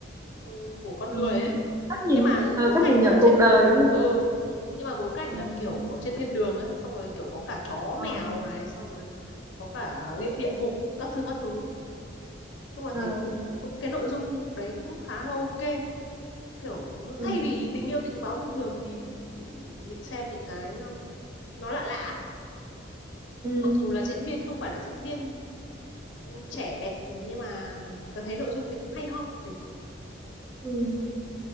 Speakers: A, on the left; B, on the right.
A: ừ, của con
B: ừ
A: người ấy
B: cách nhìn
A: nhưng mà
B: ờ,
A: bối
B: cách
A: cảnh
B: nhìn nhận
A: là trên
B: cuộc đời đúng không
A: ừ nhưng mà bối cảnh
B: ừ
A: là kiểu ở trên thiên đường á xong rồi kiểu có cả chó
B: ờ
A: mèo này xong rồi có cả địa địa ngục các thứ các thứ chung là
B: ờ
A: thấy cũng cũng cũng cái nội dung đấy cũng khá là ok kiểu
B: ừ
A: thay vì tình yêu tình báo thông thường thì mình xem những cái um, nó lạ lạ
B: ừ
A: mặc dù là diễn viên không phải là diễn viên um, trẻ đẹp nhưng mà tôi thấy nội dung thì cũng hay ho để
B: ừ